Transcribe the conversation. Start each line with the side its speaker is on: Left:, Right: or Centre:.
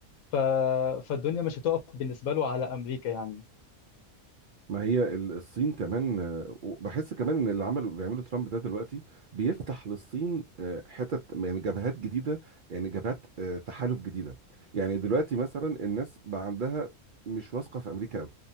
Left: ف فالدنيا مش هتقف بالنسبه له على امريكا يعني
Right: ما هي ال- الصين كمان آه، بحس كمان ان اللي عملوا بيعملوا ترامب ده دلوقتي بيفتح للصين آه، حتت يعني جبهات جديده يعني جبهات آه، تحالف جديده يعني دلوقتي مثلا الناس بقى عندها مش واثقه في امريكا قوي